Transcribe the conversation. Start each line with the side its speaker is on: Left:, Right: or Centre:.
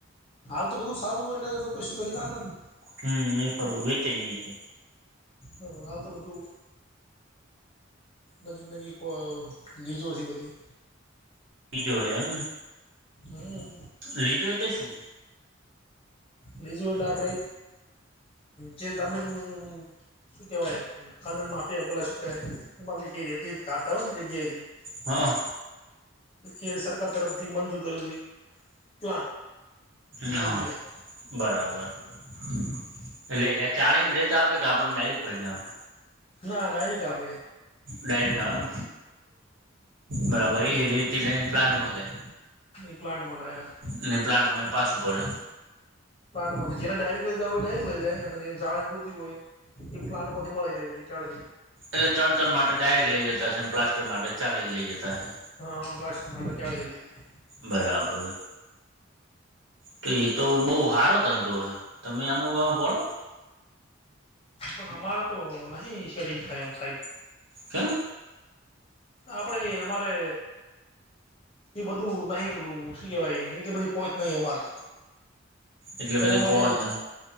Left: હાલ તો બધું સારું હો એટલે તો કશું કરી નાખે ને.
Right: હમમ એ ખરું વેચાઈ જઈ છે.
Left: હા હાલ તો બધું નજીક નજીક પો લીજો છે બધી.
Right: લીજો એમ
Left: હમ
Right: લીજો એટલે શું?
Left: લીજું એટલે આપડે જે જમીન શું કેવાય ખાન માફી પેલા શું કેહેય એમ કય રેતી કાઢતા હોય ને તે જગ્યા એ થી
Right: હા.
Left: એને સરકાર તરફથી મંજૂર કરેલી પ્લાન્ટ થોડી
Right: ના
Left: જગ્યા
Right: બરાબર એટલે ત્યા ચાલીને રેટ આપે કે આપણને ડાયરેક્ટ ભરીને આપે.
Left: ના ડાયરકેટ આવે.
Right: ડાયરેક્ટ આવે એમ બરાબર એ રેતી લઈને પ્લાન્ટમાં જાય
Left: એ પ્લાન્ટમાં જાય
Right: એમ ને પ્લાન્ટમાં થી પાછું પડે.
Left: પણ માં જેને ડાયરેક્ટ લઈ જવું હોય ડાયરેક્ટ લઈ જાય અને થી હોય એ પ્લાન્ટમાં થી મળી રહી હતી. ચાળ
Right: એટલે ચણતર માટે ડાયરેક્ટ લઈ જતા હસે ને પ્લાસ્ટર માટે ચાળી ને લઈ જતા હસે.
Left: હા પલાસ્ટ્ટર માટે ચાડી ને લય જાય.
Right: બરાબર તો એતો બો સારો ધંધો હે. તમે આમાં બો બણ
Left: પણ અમારા તો નહી શેડિંગ થાય એમ સાહેબ
Right: કેમ?
Left: આપડે અમારે એ બધું નહિ પેલું શી કેવાય એટલી બધી પોહોચ નય અમારે.
Right: એટલે
Left: એના
Right: બધી
Left: માટે
Right: પહોંચને